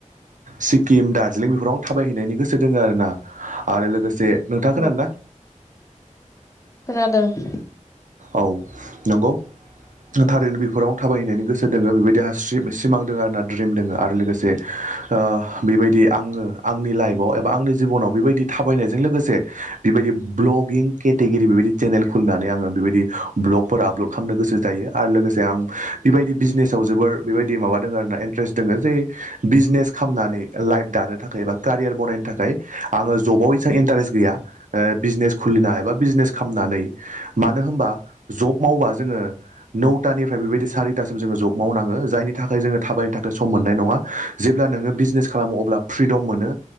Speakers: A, on the right; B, on the left.
A: सिक्किम दार्जिलिं बेफोराव आं थाबायहैनायनि गोसो दोङो आरोना आरो लोगोसे नोंथाङा खोनादो
B: औ
A: ना?
B: खोनादों। ओ
A: औ नंगौ थारैनो बेफोराव आं थाबायहैनायनि गोसो दोङो बेबायदि आंहा सि-सिमां दोङो आरोना द्रिम दोङो आरो लोगोसे ओ बेबायदि आङो आंनि लाइफआव एबा आंनि जिबनाव बेबायदि थाबायनायजों लोगोसे बेबायदि ब्लगिं केटेगरि बेबायदि चेनेल खुलिनानै आङो बेबायदि ब्ल'ग फोर आपल'ड खालामनो गोसो जायो आरो लोगोसे आं बेबायदि बिजनेसाव जोबोर बेबायदि माबादोङो आरोना इन्ट्रेस्ट दोङो जे बिजनेस खामनानै लाइफ दानो थाखाय एबा कारियार बनायनो थाखाय आङो जबाव एसां इन्टारेस्ट गैया ओ बिजनेस खुलिना एबा बिजनेस खामनानै मानो होमबा जब मावबाबो नौथानिफ्राय बेबायदि सारिथासिम जोङो जब मावनाङो जायनि थाखाय जोङो थाबायनो थाखाय था सम मोननाय नङा जेब्ला नोङो बिजनेस खालामो अब्ला फ्रिदम मोनो